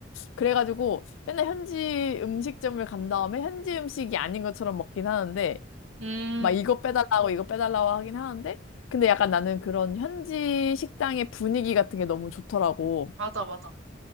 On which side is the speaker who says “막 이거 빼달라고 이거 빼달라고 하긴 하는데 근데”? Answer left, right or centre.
Left